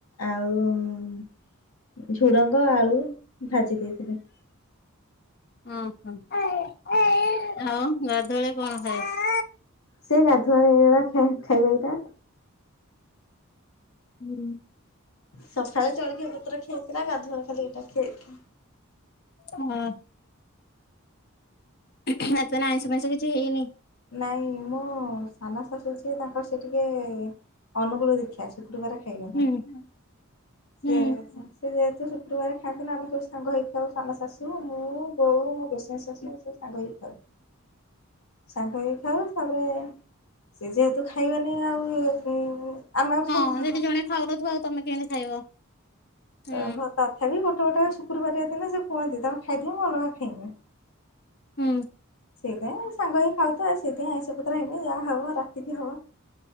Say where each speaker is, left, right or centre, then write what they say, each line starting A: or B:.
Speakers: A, on the left (about 75°); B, on the left (about 45°).
A: ଆଉ ଝୁଡ଼ଙ୍ଗ ଆଳୁ ଭାଜି ଦେଇଥିଲେ।
B: ଓହୋ ଆଉ ଗାଧୁଆଳେ କଣ ଖାଇବ?
A: ସେ ଗାଧୁଆବେଳେ ଏଇପା ଖାଇବା ଏଇଟା।
B: ହୁଁ।
A: ସକାଳେ ଜଳଖିଆ ପତ୍ର ଖିଆଇଥିଲା ଗାଧୁଆଳେ ଖାଲି ଏଇଟା ଖିଆଇଥିଲା।
B: ହଁ ଅଁ ତାହାନେ ଆଇଁଷ ଫାଇଁସ କିଛି ହେଇନି?
A: ନାଇଁ ମୋ ସାନ ଶାଶୁ ସିଏ, ତାଙ୍କର ସେଟିକେ ଅନୁକୂଳ ଦିକ୍ଷା, ଶୁକ୍ରବାର ଖାଇବେନି
B: ହୁଁ
A: ସିଏ
B: ହୁଁ।
A: ସେ ଯେହେତୁ ଶୁକ୍ରବାର ଖାଆନ୍ତି, ଆମେ ସବୁ ସାଙ୍ଗ ହେଇ ଖାଉ ସାନ ଶାଶୁ, ମୁଁ, ବୋଉ, ମୋ ଗୋସେଇଁ ଶାଶୁ ଆମେ ସବୁ ସାଙ୍ଗହୋଇ ଖାଉ। ସାଙ୍ଗହୋଇ ଖାଉ ତାପରେ ସେଯେହେତୁ ଖାଇବେନି ଆଉ ଆମେ ଆଉ ଖାଇବୁ
B: ହଁ
A: କି
B: ସେହେଠି ଜଣେ ଖାଉନଥିବ ଆଉ ତମେ କେମିତି ଖାଇବ? ହୁଁ
A: ଅଁ ହଁ ତା ତଥାପି ଗୋଟେ ଗୋଟେ ଶୁକ୍ରବାରିଆ ଦିନ ସେକୁହନ୍ତି ତମେ ଖାଇଦିଅ ମୁଁ ଅଲଗା ଖାଇମି।
B: ହୁଁ।
A: ସେଇଥିପାଇଁ ସାଙ୍ଗ ହେଇ ଖାଉତ, ଆଉ ସେଇଥିପାଇଁ ଆଇଁଷ ପତ୍ର ହବ, ଯାହା ହବ ରାତିକି ହବ।